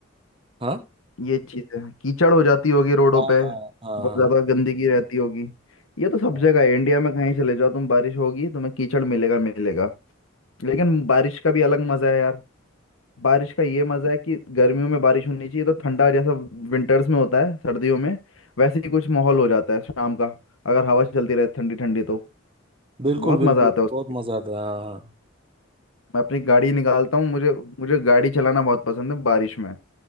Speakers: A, on the right; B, on the left.
A: हाँ
B: ये चीज है कीचड़ हो जाती होगी रोडों
A: हाँ
B: पे
A: हाँ हाँ
B: बहुत
A: हाँ
B: ज्यादा गंदगी रहती होगी ये तो सब
A: हाँ
B: जगह है इंडिया में कहीं चले जाओ तुम बारिश होगी तुम्हें कीचड़ मिलेगा मिलेगा लेकिन बारिश का भी अलग मजा है यार बारिश का ये मजा है कि गर्मियों में बारिश होनी चाहिए तो ठंडा जैसा विंटर्स में होता है सर्दियों में वैसे ही कुछ माहौल हो जाता है शाम का अगर हवा चलती रहे ठंडी ठंडी तो
A: बिल्कुल
B: बहुत
A: बिल्कुल
B: मजा आता है उसमें
A: बहुत मजा आता है हाँ हाँ
B: मैं अपनी गाड़ी निकालता हूँ मुझे मुझे गाड़ी चलाना बहुत पसंद है बारिश में